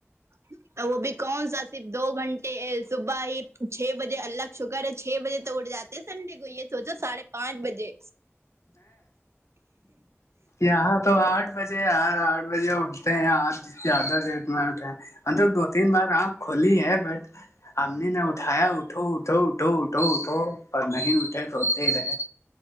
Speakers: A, on the right; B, on the left.
A: جٹ تو وہ بھی کون سا صرف دو گھنٹے صبح ہی چھ بجے الگ شکر ہے چھ بجے تو اٹھ جاتا سنڈے کوئی ہے سوچو ساڑھے پانچ بجے
B: یہاں تو آٹھ بجے یار آٹھ بجے اٹھتے ہیں آج زیادہ لیٹ میں اٹھتے ہیں ان تو دو تین بار آنکھ کھلی ہے بٹ امنی نے اٹھایا اٹھو اٹھو اٹھو اٹھو اٹھو پر نہیں اٹھے سوتے ہی رہے